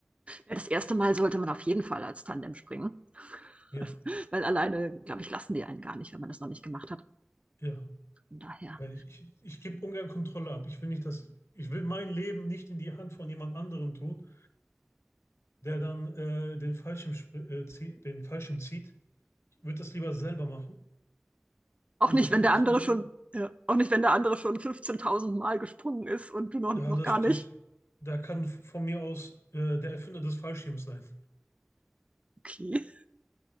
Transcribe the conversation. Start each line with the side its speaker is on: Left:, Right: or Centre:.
Right: Ja, Das erste Mal sollte man auf jeden Fall als Tandem springen,
Left: Ja,
Right: <laughs> weil alleine, glaube ich, lassen die einen gar nicht, wenn man das noch nicht gemacht hat.
Left: ja,
Right: Von daher
Left: weil ich, ich, ich gebe ungern Kontrolle ab. Ich will nicht, dass ich will mein Leben nicht in die Hand von jemand anderem tun, der dann äh, den Fallschirm, spr- äh, zieh, den Fallschirm zieht. Ich würde das lieber selber machen
Right: Auch
Left: und
Right: nicht,
Left: ich
Right: wenn
Left: will nicht,
Right: der
Left: dass
Right: andere
Left: mir jemand
Right: schon, ja, auch nicht, wenn der andere schon 15.000 Mal gesprungen ist und du noch,
Left: Ja,
Right: noch
Left: das,
Right: gar nicht.
Left: das, da kann von mir aus äh, der Erfinder des Fallschirms sein.
Right: Okay,